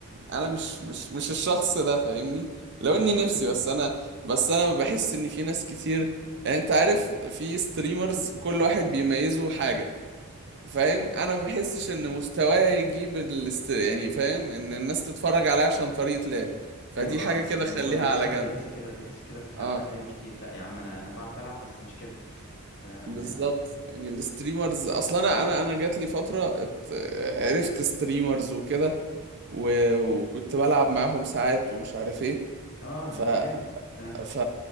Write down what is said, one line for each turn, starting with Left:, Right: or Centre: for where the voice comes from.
Right: انا مش مش مش الشخص ده فاهمني لو
Left: <laughs>
Right: اني نفسي بس انا بس انا بحس ان في ناس كتير يعني انت عارف في ستريمرز كل واحد بيميزه حاجة فاهم انا ما بحسش ان مستواه يجيب الاست... يعني فاهم ان الناس تتفرج عليا عشان طريقة لعبي فدي
Left: ايوه
Right: حاجة
Left: اه
Right: كده
Left: لا الموضوع
Right: خليها
Left: بي...
Right: على
Left: الواحد
Right: جنب
Left: بيحس كده بيحس كده في...
Right: اه
Left: في احيان كتير لا يا عم انا انا بعرف العب بس مش كده آم،
Right: بالظبط يعني الستريمرز اصلا انا انا انا جات لي فتره ات- عرفت ستريمرز وكده و- وكنت بلعب معاهم ساعات ومش عارف ايه
Left: اه
Right: ف
Left: ده انت جامد ده انا
Right: ف